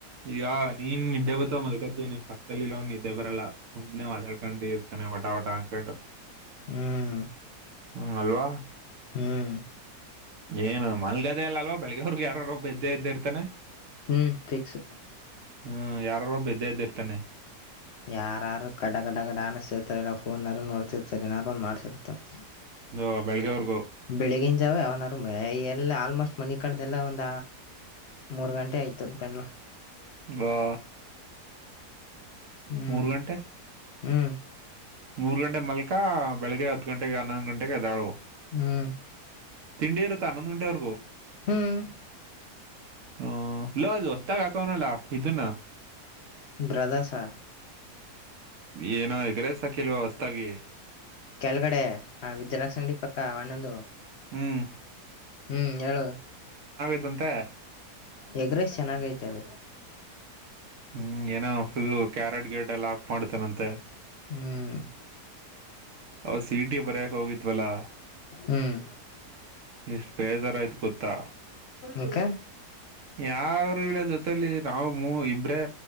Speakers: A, on the right; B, on the left.
A: ಈಗ ನೀನ್ ನಿದ್ದೆ ಬತವ ಮಲ್ಕತಿ ನೀನ್ ಪಕ್ಕದಲ್ಲಿ ಅವ್ ಇದಿದ್ದೆ ಬರಲ್ಲಾ ಸುಮ್ಮನೆ ವತಾಡ್ಕೊಂಡಿ ಅನ ಒಟಾವಟಾಕಟ್ಟು
B: ಹ್ಮ್
A: ಹ್ಮ್ ಅಲ್ವಾ
B: ಹ್ಮ್
A: ಏನು ಮಾಲ್ಗಾದೆ ಅಲ್ಲ ಅಲ್ವಾ ಬೆಳಗ್ಗೆ ಹೊರ್ಗ್ ಯಾರಾರೊಬ್ ಎ ಇದ್ದೇ ಇದ್ದೆ ಇರ್ತಾನೆ
B: ಹ್ಮ್ ಫಿಕ್ಸ್
A: ಹ್ಮ್ ಯಾರಾರ ಒಬ್ ಇದ್ದೇ ಇದದ್ದಿ ಇರ್ತಾನೆ
B: ಯಾರಾರು ಕಡ ಗಡ ಗಡಾಣನ್ಸ್ರ್ತಾರೆಲ್ಲ ಫೋನ್ ನೋಡ್ತಿರ್ತಾರೆ ನಾದಾರು ಒಂದ ಮಾಡಸತಿರ್ತಾರೆ
A: ಇ ಬೆಳಗ್ಗೆವರ್ಗೂ
B: ಬೆಳಿಗಿನ ಜಾವ ಅವನಾರು ಎಲ್ಲ ಆಲ್ಮೋಸ್ಟ್ ಮನ ಕಳ್ದಲ್ಲ ಒಂದ ಮೂರ್ ಗಂಟೆ ಆಯ್ತದ ಪಂಡಲ
A: ವಾ
B: ಹ್ಮ್
A: ಮೂರು ಗಂಟೆ
B: ಹ್ಮ್
A: ಮೂರ್ ಗಂಟೆ ಮಲಕ ಬೆಳಿಗ್ಗೆ ಹತ್ತು ಗಂಟೆಗೆ ಹನ್ನೊಂದು ಗಂಟೆಗೆ ಅದಾಳು
B: ಹ್ಮ್
A: ತಿಂಡಿಯವರುತ್ತು ಅನ್ನೊಂದು ಗಟೆವರ್ಗೋ
B: ಹ್ಮ್
A: ಹ್ಮ ಲದುು ಹೊತಾಗಕನಲ್ಲ ಇದುನ್ನ
B: ಬ್ರದರ್ಸ
A: ಏನೋ ಹೆಗ್ರ ಸಾಕಿಲ್ವ ಹೊಸತಾಗಿ
B: ಕೆಲ್ಗಡೆ ಹ ವಿದ್ಯಾರಾ್ ಸಂಂಗಡಿ ಪಕ್ಕ ಒನ್ನೊಂದು
A: ಹ್ಮ್
B: ಹ್ಮ್ ಹೇಳುದು
A: ಇದಂತೆ
B: ಹೆಗ್ರಸ್ ಚೆನ್ನಾಗ ಐತಲ್ಲ
A: ಹ್ಮ್ ಏನೋ ಫುಲ್ಲು ಕ್ಯಾರೆಟ್ ಗೇಟ್ ಎ ಲಾಕ್ ಮಾಡ್ತಾನಂತೆ
B: ಹ್ಮ್
A: ಅವ ಸಿ ಇ ಟಿ ಬರಕ್ ಹೋಗಿತ್ವಲಾ
B: ಹ್ಮ್
A: ಎಷ್ಟು ಬೇಜಾರ ಆಯ್ತು ಗೊತ್ತಾ
B: ಅಕ
A: ಯಾರ ಇಲ ಜೊತಲಿ ನಾವ ಇಬ್ರೇ